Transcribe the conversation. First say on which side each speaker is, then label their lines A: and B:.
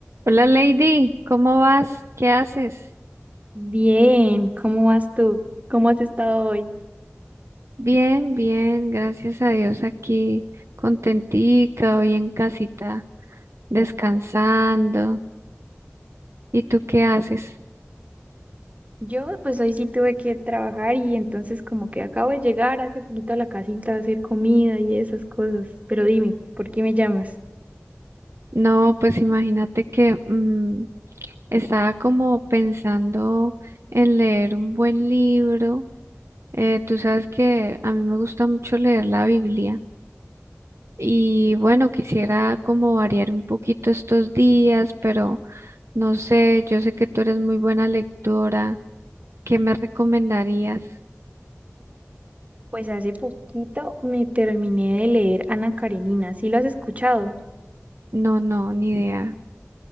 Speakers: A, on the right (about 70°); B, on the right (about 30°).
A: Hola Lady, ¿cómo vas? ¿Qué haces?
B: Bien, ¿cómo vas tú? ¿Cómo has estado hoy?
A: Bien, bien, gracias a Dios aquí, contentica, hoy en casita, descansando. ¿Y tú qué haces?
B: Yo pues hoy sí tuve que trabajar y entonces como que acabo de llegar hace poquito a la casita a hacer comida y esas cosas. Pero dime, ¿por qué me llamas?
A: No, pues imagínate que mm, estaba como pensando en leer un buen libro. Eh, tú sabes que a mí me gusta mucho leer la Biblia. Y bueno, quisiera como variar un poquito estos días, pero no sé, yo sé que tú eres muy buena lectora. ¿Qué me recomendarías?
B: Pues hace poquito me terminé de leer Ana Karenina, ¿sí lo has escuchado?
A: No, no, ni idea.